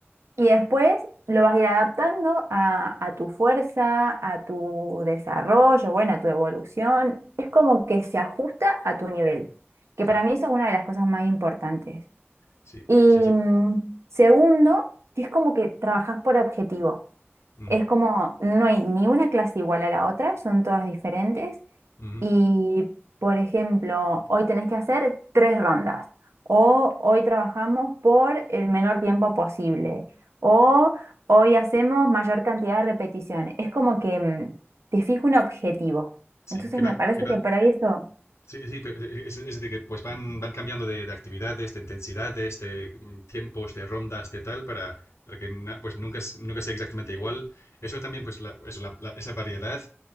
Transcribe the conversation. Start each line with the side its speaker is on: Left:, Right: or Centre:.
Right: Y después lo vas a ir adaptando a, a tu fuerza, a tu desarrollo, bueno, a tu evolución. Es como que se ajusta a tu nivel, que
Left: Sí,
Right: para mí eso es una de las cosas más importantes.
Left: sí,
Right: Y
Left: sí, sí.
Right: mm, segundo, que es como que trabajas por objetivo.
Left: Ujú,
Right: Es como no hay ni una clase igual a la otra, son todas diferentes.
Left: ujú.
Right: Y, por ejemplo, hoy tenés que hacer tres rondas. O hoy trabajamos por el menor tiempo posible. O hoy hacemos mayor cantidad de repeticiones. Es como que mm, te fijo un objetivo. Entonces
Left: Sí, que
Right: me
Left: va,
Right: parece
Left: que va,
Right: que por ahí eso,
Left: Sí, sí, pero es, es decir, que pues van, van cambiando de, de actividades, de intensidades, de este, mm, tiempos, de rondas, de tal, para, para que na- pues nunca, es- nunca sea exactamente igual. Eso también, pues la, eso, la- la- esa variedad